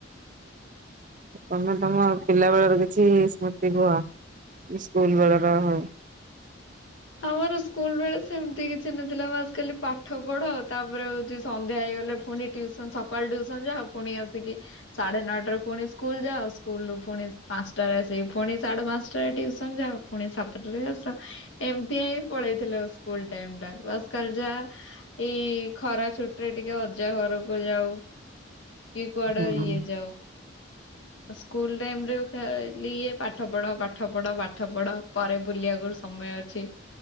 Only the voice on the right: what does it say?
ତମେ ତମ ପିଲା ବେଳର କିଛି ସ୍ମୃତି କୁହ ସ୍କୁଲ ବେଳର ହଉ।
ହୁଁ